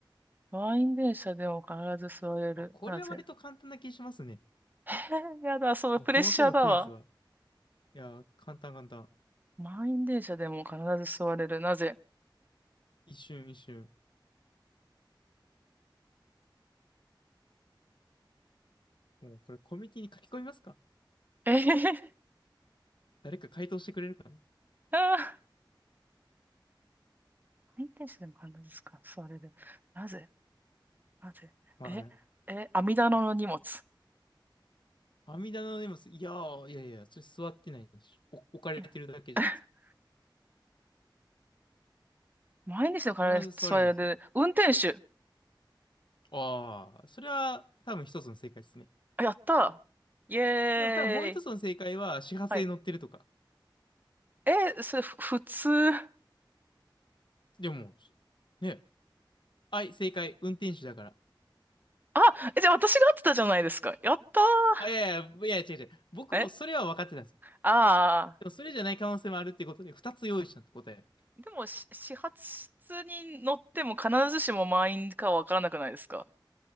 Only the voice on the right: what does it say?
満員電車でも必ず座れる。
なぜえー、<laughs> やだ、そう、
プレッシャーだわ。
満員電車でも必ず座れる。なぜ
えへへへ
あー、<laughs> 満員電車でも必ず座れる。なぜなぜえ、
え、網棚の荷物。
いや <laughs> 毎日の体にそれで、
運転手。
あやったーイエーイ。
はい。え、それ、ふ、普通。
あ、え、じゃあ私が合ってたじゃないですか。やったー。
えああ
ー。でも、し始発室に乗っても必ずしも満員かわからなくないですか